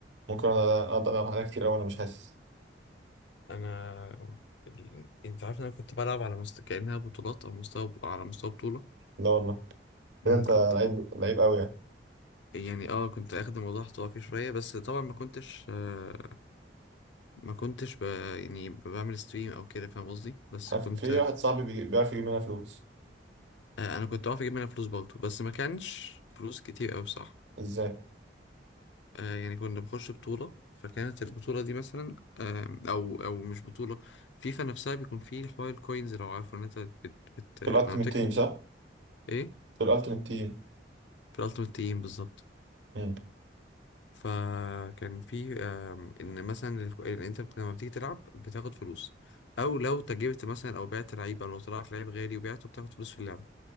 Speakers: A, on the right; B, on the left.
A: ممكن أقعد أقعد ألعب عليها كتير أوي أنا مش حاسس
B: انا ال... انت عارف ان انا كنت بلعب على مست... كأنها بطولات او مستوى على مستوى بطولة
A: لا والله ده
B: امم
A: أنت لعيب
B: كنت
A: لعيب أوي يعني
B: يعني اه كنت اخد الموضوع احتراف فيه شوية بس طبعا ما كنتش آه ما كنتش ب... يعني بعمل ستريم او كده فاهم قصدي بس
A: عارف
B: كنت
A: في واحد صاحبي بي- بيعرف يجيب منها فلوس
B: آه، انا كنت بعرف اجيب منها فلوس برضه بس ما كانش فلوس كتير قوي بصراحه
A: إزاي؟
B: آه، يعني كنا بنخش بطوله فكانت البطوله دي مثلا آم، او او مش بطوله فيفا نفسها بيكون فيه حوار الكوينز لو عارفه ان انت بت, بت...
A: في
B: لما
A: الألتيمت
B: بتكسب
A: تيم صح؟
B: ايه
A: في الألتيمت تيم
B: في الالتيميت تيم بالظبط
A: مم.
B: فكان في آم، ان مثلا ال- إن انت بت- لما بتيجي تلعب بتاخد فلوس او لو تجربت مثلا او بعت لعيب او لو طلعت لعيب غالي وبعته بتاخد فلوس في اللعبه